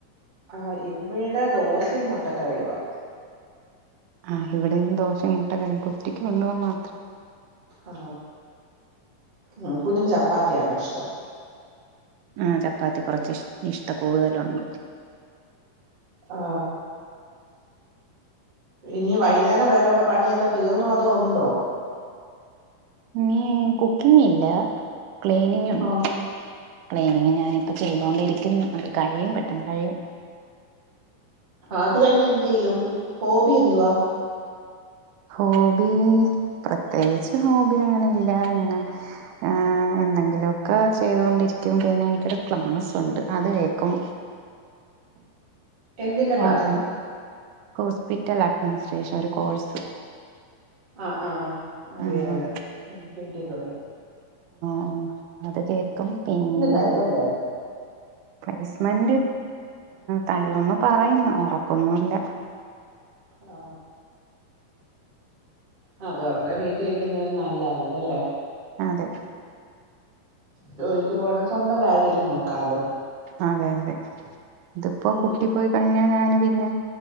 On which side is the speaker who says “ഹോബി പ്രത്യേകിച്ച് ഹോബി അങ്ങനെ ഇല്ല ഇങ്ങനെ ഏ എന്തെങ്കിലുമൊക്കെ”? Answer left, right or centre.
Right